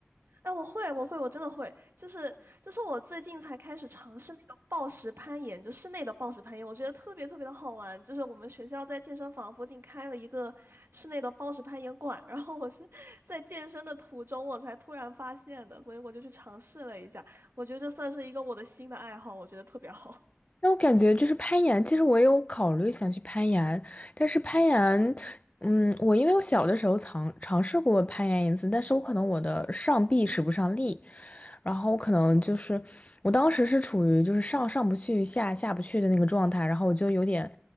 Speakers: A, on the right; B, on the left.
A: 哎，我会，我会，我真的会，就是就是我最近才开始尝试那个暴石攀岩，就室内的暴石攀岩，我觉得特别特别的好玩。就是我们学校在健身房附近开了一个室内的暴石攀岩馆，然后我是在健身的途中我才突然发现的，所以我就去尝试了一下。我觉得这算是一个我的新的爱好，我觉得特别好。
B: 那我感觉就是攀岩，其实我也有考虑想去攀岩，但是攀岩，嗯，我因为我小的时候尝尝试过攀岩一次，但是我可能我的上臂使不上力，然后我可能就是我当时是处于就是上上不去下下不去的那个状态，然后我就有点